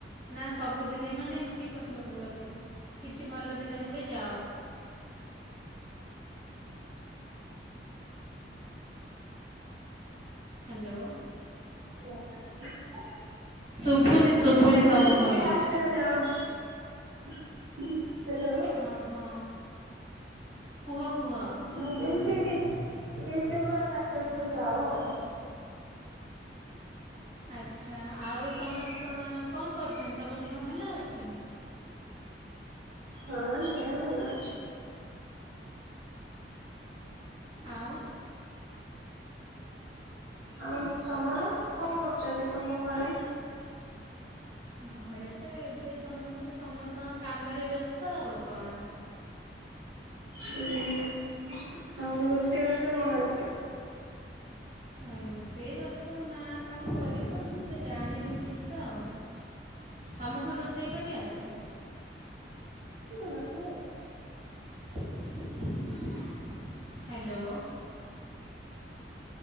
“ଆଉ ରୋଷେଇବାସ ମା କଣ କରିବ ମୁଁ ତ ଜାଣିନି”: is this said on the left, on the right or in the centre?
Right